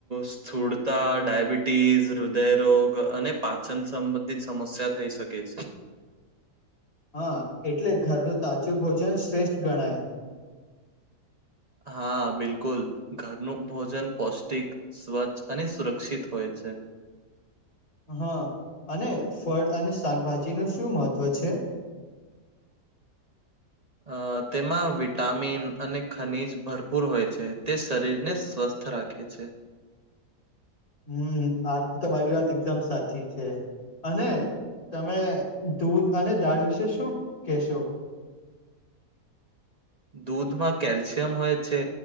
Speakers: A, on the right; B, on the left.
A: સ્થૂળતા ડાયાબિટીસ હૃદયરોગ અને પા વચન સંબંધિત સમસ્યા થઈ શકે છે.
B: હા એટલે ઘરનું તાજું ભોજન શ્રેષ્ઠ ગણાય
A: હા બિલકુલ ઘરનું ભોજન પૌષ્ટિક સ્વચ્છ અને સુરક્ષિત હોય છે.
B: હા અને ફળ અને શાકભાજી નું શું મહત્વ છે.
A: અ તેમાં વિટામિન અને ખનીજ ભરપૂર હોય છે તે શરીરને સ્વસ્થ રાખે છે.
B: હમ આ તો તમારી વાત એકદમ સાચી છે. અને તમે દૂધ અને દાળ વિશે શું કેહેશો
A: દૂધમાં કેલ્શિયમ હોય છે.